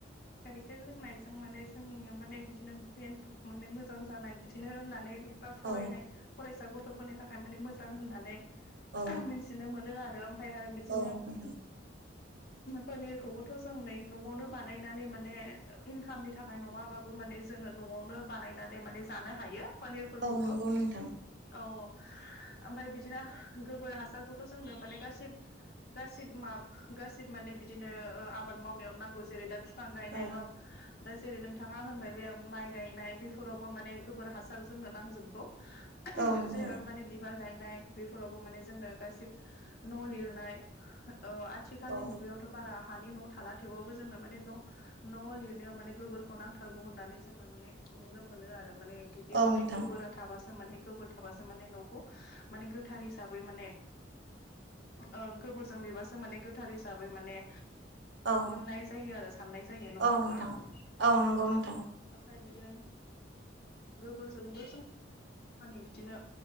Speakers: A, on the left; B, on the right.
A: गाइखेर लोंनायजों माने जोंनिया माने बिदिनो प्लेनफोरखौ माने मोजां जानाय बिदिनो होननानै बा फरायनाय
B: औ
A: फरायसा गथ'फोरनि थाखाय माने मोजां होननानै
B: औ
A: मिथिनो मोनो आरो ओमफ्राय आरो बिदिनो
B: औ नोंथां
A: पनिरखौबोथ' जों नै न'आवनो बानायनानै माने इनकामनि थाखाय नङाबाबो माने जोङो न'आवनो बानायनानै माने जानो हायो पानिरफोरखौबो
B: औ नंगौ नोंथां
A: औ औ ओमफ्राय बिदिनो गोबोर हासारखौथ' जोंनो माने गासिब गासिब मा गासिबो माने बिदिनो ओ आबाद मावनायाव नांगौ जेरै दा बिफां गायनाय
B: औ
A: बा दा जेरै नोंथाङा होनबाय बे माइ गायनाय बेफोरावबो माने गोबोर हासार जोंनो नांजोबगौ <unintelligible>
B: औ नोंथां
A: जे माने बिबार गायनाय बेफोरावबो माने जोंनो गासिब न' लिरनाय ओ आ आथिखालनि
B: औ
A: मुगायावथ' बारा हानि न' थाला थेवबाबो जोंना माने न' न' लिरनायाव माने गोबोरखौ नांथारगौ होननानै जोंनो माने नुनो मोनो आरो माने बिदि
B: औ
A: बे
B: नोंथां
A: गोबोर थाबासो माने गोबोर थाबासो माने न'खौ माने गोथार हिसाबै माने ओ गोबोरजों लिरबासो माने गोथार हिसाबै माने
B: औ
A: सनाय जायो आरो साननाय जायो नङा
B: औ
A: होमबा
B: नोंथां
A: औ
B: नंगौ नोंथां
A: ओमफ्राय बिदिनो गोबोरजोंबो जों खामानि बिदिनो